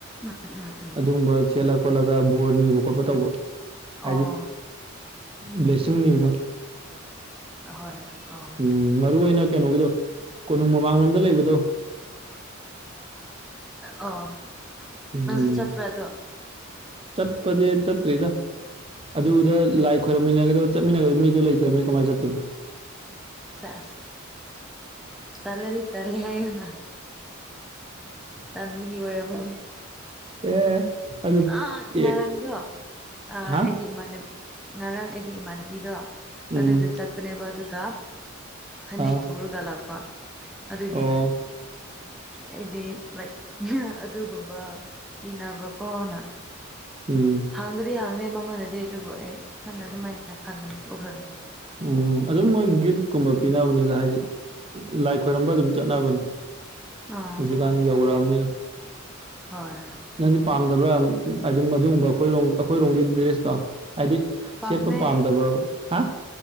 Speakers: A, in the centre; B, on the right (about 25°).
A: ꯎꯝ ꯎꯝ ꯎꯝ
B: ꯑꯗꯨꯒꯨꯝꯕ ꯁꯦꯠꯂ ꯈꯣꯠꯂꯒ ꯕꯣꯔꯅꯤ ꯈꯣꯠꯄ ꯇꯧꯕ
A: ꯑꯣ
B: ꯍꯥꯏꯗꯤ ꯕ꯭ꯂꯦꯁꯤꯡ ꯅꯤꯕꯗꯣ
A: ꯍꯣꯏ ꯍꯣꯏ ꯑꯣ
B: ꯎꯝ ꯃꯔꯨ ꯑꯣꯏꯅ ꯀꯩꯅꯣꯒꯤꯗꯣ ꯀꯣꯅꯨꯡ ꯃꯃꯥꯡꯂꯣꯝꯗ ꯂꯩꯕꯗꯣ
A: ꯑꯣ
B: ꯎꯝ
A: ꯅꯪꯁꯨ ꯆꯠꯄ꯭ꯔꯥ ꯑꯗꯣ
B: ꯆꯠꯄꯖꯦ ꯆꯠꯇ꯭ꯔꯤꯗ ꯑꯗꯨꯗ ꯂꯥꯏꯛ ꯈꯣꯏꯔꯝꯃꯤꯟꯅꯒꯗꯕ ꯆꯠꯃꯤꯟꯅꯒꯗꯕ ꯃꯤꯗꯣ ꯂꯩꯇ꯭ꯔꯝꯅꯤꯅ ꯀꯃꯥꯏ ꯆꯠꯇꯣꯏꯕ
A: ꯁꯦꯁ ꯇꯜꯂꯗꯤ ꯇꯜꯂꯦ ꯍꯥꯏꯌꯨꯅ ꯇꯟꯕꯒꯤ ꯑꯣꯏꯔꯝꯃꯅꯤ
B: ꯑꯦ ꯑꯗꯨ
A: ꯑꯟ ꯉꯔꯥꯡꯗꯣ
B: ꯑꯦ
A: ꯑ
B: ꯍꯥ
A: ꯑꯩꯒꯤ ꯏꯃꯥꯟꯅꯕꯤ ꯉꯔꯥꯡ ꯑꯩꯒꯤ ꯏꯃꯥꯟꯅꯕꯤꯗꯣ
B: ꯎꯝ
A: ꯑꯗꯨꯗ ꯆꯠꯄꯅꯦꯕ ꯑꯗꯨꯒ ꯐꯅꯦꯛ
B: ꯑꯥ
A: ꯄꯨꯔꯒ ꯂꯥꯛꯄ ꯑꯗꯨꯒꯤ
B: ꯑꯣ
A: ꯑꯩꯗꯤ ꯂꯥꯏꯛ ꯑꯗꯨꯒꯨꯝꯕ ꯄꯤꯅꯕ꯭ꯔꯥꯀꯣꯅ
B: ꯎꯝ
A: ꯍꯪꯕꯨꯗꯤ ꯍꯥꯡꯗꯦ ꯃꯉꯣꯟꯗꯗꯤ ꯑꯗꯨꯕꯨ ꯑꯩ ꯏꯊꯟꯗ ꯑꯗꯨꯃꯥꯏꯅ ꯈꯟꯗꯅ ꯇꯣꯛꯈꯔꯥꯝꯅꯤ
B: ꯎꯝ ꯑꯗꯨꯝ ꯃꯣꯏ ꯒꯤꯞꯀꯨꯝꯕ ꯄꯤꯅꯕꯅꯤꯗ ꯍꯥꯏꯗꯤ ꯂꯥꯏ ꯈꯣꯏꯔꯝꯕ ꯑꯗꯨꯝ ꯆꯠꯅꯕꯅꯦ
A: ꯑꯥ
B: ꯏꯕꯥꯏꯅꯤ ꯌꯧꯔꯛꯑꯕꯅꯤꯅ
A: ꯍꯣꯏ
B: ꯅꯪꯗꯤ ꯄꯥꯝꯗꯕ꯭ꯔꯥ ꯍꯥꯏꯗꯤ ꯃꯗꯨꯒꯨꯝꯕ ꯑꯩꯈꯣꯏꯔꯣꯝ ꯑꯩꯈꯣꯏꯔꯣꯝꯒꯤ ꯗ꯭ꯔꯦꯁꯇꯣ ꯍꯥꯏꯗꯤ
A: ꯄꯥꯝꯃꯦ
B: ꯁꯦꯠꯄ ꯄꯥꯝꯗꯕ꯭ꯔꯥꯕ ꯍꯥ